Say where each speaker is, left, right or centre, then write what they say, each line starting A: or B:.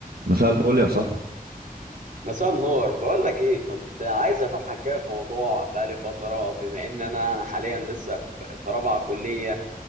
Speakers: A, on the right; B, on the right.
A: مساء الفل يا صاحبي
B: مساء النور بقول لك ايه كنت عايز افتحك كده في موضوع بقالي فتره بما ان انا انا حاليا لسه في في رابعه كليه